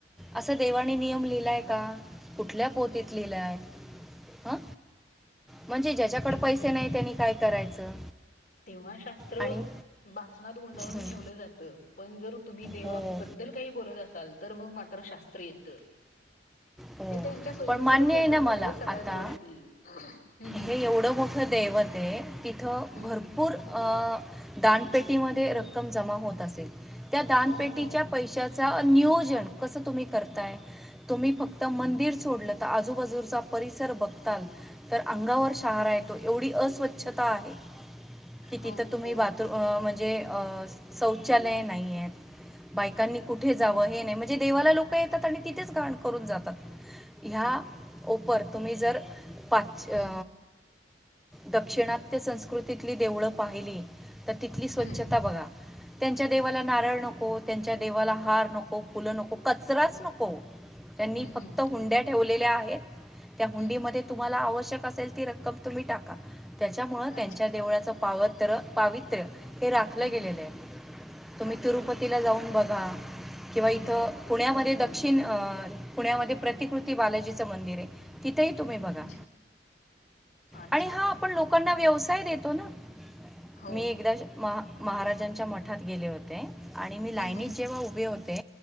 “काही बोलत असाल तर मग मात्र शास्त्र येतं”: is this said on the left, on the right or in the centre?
Left